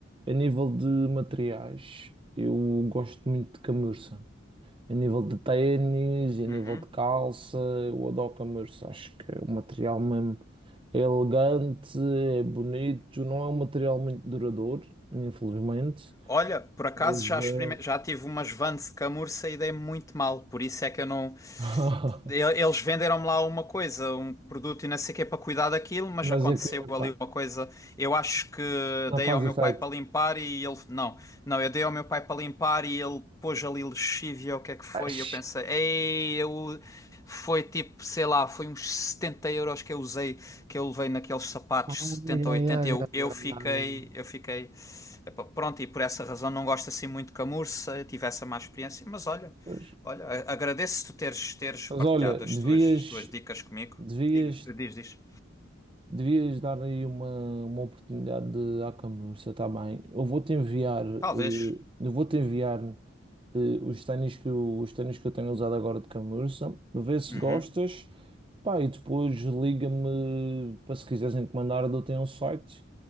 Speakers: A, on the right; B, on the left.
A: a nível de materiais, eu gosto muito de camurça. A nível de ténis, e a nível
B: Uhum.
A: de calça, eu adoro camurça. Acho que é um material mesmo é elegante, é bonito. Não é um material muito duradouro, infelizmente.
B: Olha, por acaso
A: Mas
B: já,
A: é.
B: experime- já tive umas Vans de camurça e dei muito mal, por isso é que eu não,
A: <laughs>
B: ele- Eles venderam-me lá uma coisa, um produto e não sei o que é para cuidar daquilo, mas
A: Mas
B: aconteceu
A: aquilo,
B: ali
A: pá,
B: uma coisa. Eu acho que
A: não
B: dei
A: faz
B: ao meu
A: efeito.
B: pai para limpar e ele. Não, não, eu dei ao meu pai para limpar e ele pôs ali lexívia, o que é que foi?
A: Ai, esquece.
B: E eu pensei, ei, eu. Foi tipo, sei lá, foi uns 70 euros que eu usei, que eu levei naqueles sapatos,
A: Ai,
B: setenta
A: ai,
B: ou oitenta
A: ai,
B: Eu,
A: ai,
B: eu
A: ai,
B: fiquei,
A: ai.
B: eu fiquei. epá, pronto, e por essa razão não gosto assim muito de camurça, tive essa má experiência, mas olha.
A: Pois.
B: Olha, a- agradeço tu teres, teres
A: Mas
B: partilhado
A: olha,
B: as
A: devias.
B: tuas, as tuas dicas comigo.
A: Devias,
B: Diga, diz, diz.
A: devias dar aí uma, uma oportunidade de à camurça, está bem? Eu vou-te enviar, eh,
B: Talvez.
A: eu vou-te enviar eh, os ténis que eu, os ténis que eu tenho usado agora de camurça, vê se
B: Uhum.
A: gostas, pá, e depois liga-me para se quiseres encomendar, eu tenho um site.